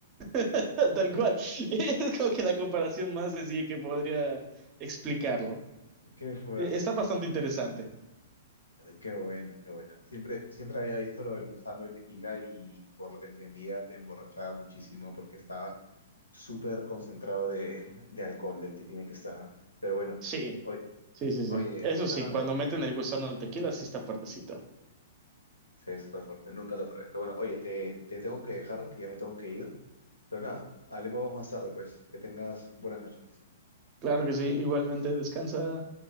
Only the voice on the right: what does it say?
<laughs> tal cual. <laughs> Es como que la comparación más sencilla que podría explicarlo.
E- Está bastante interesante.
Sí,
sí, sí,
sí. Eso sí,
cuando meten el gusano del tequila, sí está fuertecito.
Claro que sí, igualmente descansa.